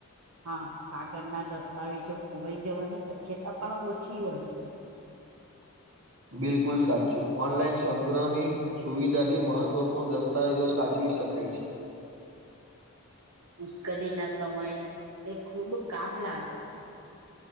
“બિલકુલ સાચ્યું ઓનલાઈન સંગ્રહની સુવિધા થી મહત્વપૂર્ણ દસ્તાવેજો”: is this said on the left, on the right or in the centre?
Right